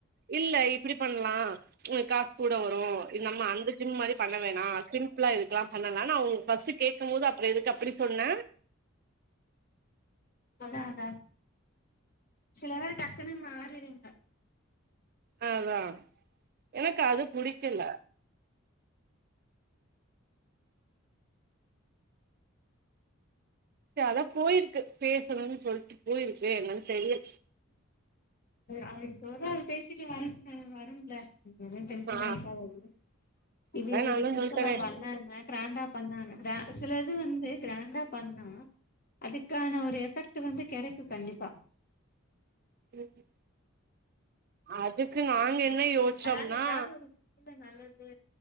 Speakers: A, on the right; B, on the left.
A: இல்ல இப்டி பண்லா காசு கூட வரு நம்ம அந்த ஜிம் மாரி பண்ண வேணா சிம்பிளா இரு க்கலா பண்ணலா நா அவுங்க ஃபர்ஸ்டு கேக்கும்போது அப்றோ எதுக்கு அப்டி சொன்ன
B: அதா அதா சில வேரு டக்குன்னு மாறிருங்க
A: அதா எனக்கு அது புடிக்கல அதா போயிருக்கு பேசணும்னு சொல்ட்டு போயிருக்கு என்னனு தெரிய
B: அவளுக்கு தோதா அவ பேசிட்டு வரும் வரும்ல <unintelligible> டென்ஷனு
A: ஆ
B: ஆயிட் <unintelligible> இது
A: அதா நானு
B: இ சிப்பிளா
A: சொல்ட்டனே
B: பண்ணா என்ன க்ராண்டா பண்ணா என்ன க்ரா சிலது வந்து க்ராண்டா பண்ணா அதுக்கான ஒரு எஃபெக்டு வந்து கெடைக்கு கண்டிப்பா
A: ம் அதுக்கு நாங்க என்ன யோசிச்சோம்னா
B: அதாவது ஏதாவது ஒரு நல்லது